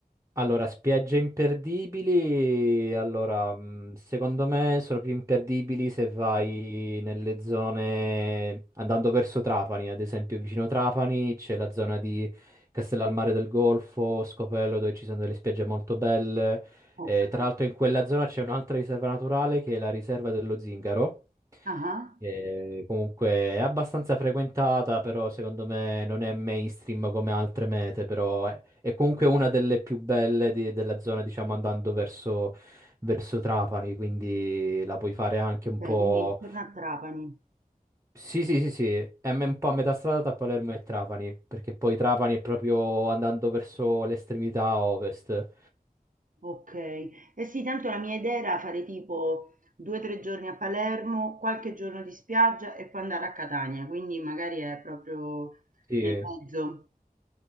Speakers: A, on the right (about 20°); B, on the right (about 60°).
A: Allora, spiagge imperdibili, allora, mh, secondo me sono più imperdibili se vai nelle zone, andando verso Trapani, ad esempio vicino Trapani c'è la zona di Castellalmare del Golfo, Scopello, dove ci sono delle spiagge molto belle.
B: Ok.
A: Eh, tra l'altro in quella zona c'è un'altra riserva naturale che è la riserva dello Zingaro,
B: Ah.
A: che comunque è abbastanza frequentata, però secondo me non è mainstream come altre mete, però è è comunque una delle più belle di- della zona, diciamo, andando verso, verso Trapani, quindi la puoi fare anche un
B: Okay,
A: po'...
B: quindi intorno a Trapani.
A: Sì, sì, sì, sì, è me- un po' a metà strada tra Palermo e Trapani, perché poi Trapani è proprio andando verso l'estremità ovest.
B: Okay. Eh sì, tanto la mia idea era fare tipo 2, 3 giorni a Palermo, qualche giorno di spiaggia e poi andare a Catania, quindi magari è proprio
A: Sì,
B: nel
A: Eh,
B: mezzo.